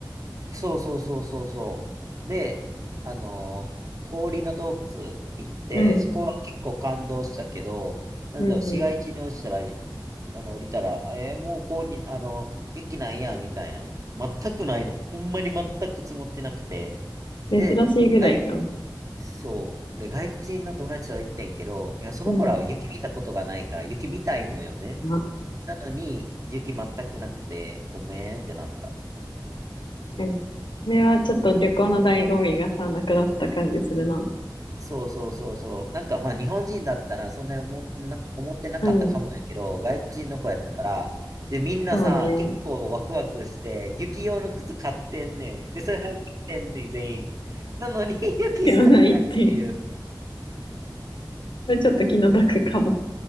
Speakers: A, on the right; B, on the left.
A: そうそうそうそうそう。で、あの、氷の洞窟行って、
B: うん、
A: そこは結構感動したけど、なんだろう、
B: うん、
A: 市街地に落ちたらあの、降りたら、あえーもうこうに、あの、雪なんや、みたいな。全くないの。ほんまに全く積もってなくて。
B: うん。
A: で、
B: 珍しいぐらいじゃん。
A: 外、そう。で、外国人の友達は言ってんけど、いや、その子らは雪見たことがないから、
B: うん。
A: 雪見たいのよね。
B: 確
A: なのに、雪全くなくて、ごめんってなった。
B: かに。それはちょっと旅行の醍醐味がさ、なくなった感じするな。
A: そうそうそうそう。なんかまあ日本人だったらそんなに思ってな、思ってなかったかもやけど、
B: うん。
A: 外国人の子やったから、で、みんなさ、
B: そうね。
A: 結構ワクワクして、雪用の靴買ってんねん。で、それ履いてきてんねん、全員。なのに、<laughs> 雪一切ないっていう。
B: ではないっていう。それちょっと気の毒かも。